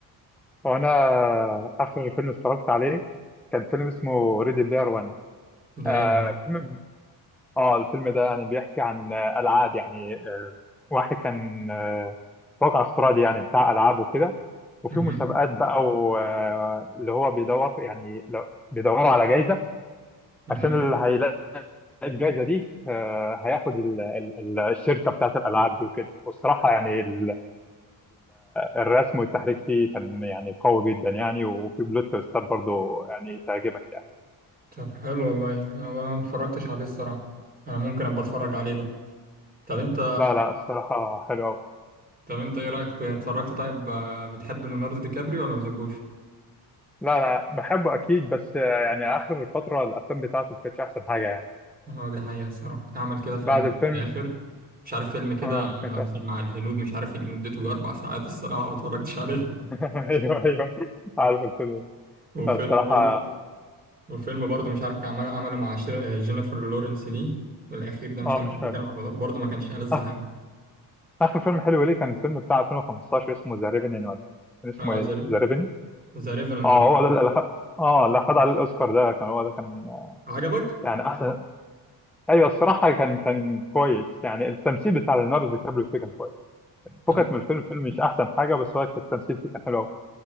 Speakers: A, in the centre; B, on the right.
A: وانا اخر فيلم اتفرجت عليه كان فيلم اسمه ريدي بلاير 1
B: ده
A: آه
B: ايه دي؟
A: فيلم اه الفيلم ده يعني بيحكي عن آه، العاب يعني آه واحد كان آه واقع افتراضي يعني بتاع العاب وكده وفي
B: مهم.
A: مسابقات بقى و- آه، اللي هو بيدور يعني لو- بيدوروا على جائزه
B: مهم.
A: عشان اللي هيلاقي الجائزه دي آه هياخد ال- ال- ال- الشركه بتاعت الالعاب دي وكده والصراحه يعني ال- الرسم والتحريك فيه كان يعني قوي جدا يعني وفي بلوت تويستات برضه يعني تعجبك يعني
B: طب حلو والله انا أنا ما اتفرجتش عليه الصراحة انا ممكن ابقى اتفرج عليه ده طب انت
A: لا لا الصراحة حلو أوي
B: طب انت ايه رأيك في اتفرجت طيب آه، بتحب ليوناردو دي كابريو ولا ما بتحبوش؟
A: لا لا بحبه أكيد بس يعني آخر فترة الأفلام بتاعته ما كانتش أحسن حاجة يعني
B: اه دي حقيقة الصراحة عمل كده فيلم
A: بعد
B: في
A: الفيلم
B: الآخر مش عارف فيلم كده
A: آه ما كانتش أحسن
B: فيلم مع الهنود مش عارف يجي مدته أربع ساعات الصراحة ما اتفرجتش عليه
A: <laughs> أيوه أيوه عارف الفيلم
B: <laughs> وفيلم
A: ده. الصراحة
B: برضه وفيلم برضه مش عارف كان عمله عمله مع شير- آه، جينيفر لورنس دي الأخير ده مش
A: آه
B: عارف
A: مش
B: كان بيتكلم
A: حلو
B: عن الموضوع، برضه ما كانش ألذ
A: آخ-
B: حاجة
A: آخر فيلم حلو ليه كان الفيلم بتاع 2015 اسمه ذا ريفني ولا كان اسمه
B: اه
A: إيه
B: زي
A: ذا ريفني
B: ذا ريفرنت
A: آه
B: ده
A: هو ده اللي أخد آه اللي أخد عليه الأوسكار ده كان هو ده كان
B: عجبك؟
A: يعني أحسن ايوه الصراحه كان كان كويس يعني التمثيل بتاع ليوناردو دي كابريو فيه كان كويس
B: طب
A: فكك من الفيلم الفيلم مش احسن حاجه بس هو كان التمثيل فيه كان حلو قوي